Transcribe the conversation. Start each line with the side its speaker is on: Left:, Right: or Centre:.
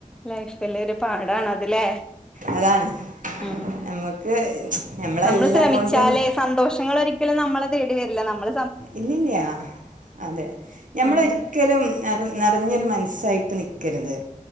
Centre: ലെ ഇഷ്ട ഇല്ലൊര് പാടാണ് അത് ലെ
Right: അതാണ്
Centre: ഉം
Right: നമുക്ക് നമ്മളെല്ലാം
Centre: നമ്മൾ ശ്രമിച്ചാല്
Right: കൊണ്ടും
Centre: സന്തോഷങ്ങൾ ഒരിക്കലും നമ്മ ളെ തെടി വെര്ല്ല നമ്മൾ
Right: ഇല്ലില്ല അതെ ഞമ്മൾ
Centre: ഉം
Right: ഒരിക്കലും നെര നെറഞ്ഞൊരു മൻസ്സായി ട്ട് നിക്കര്ത്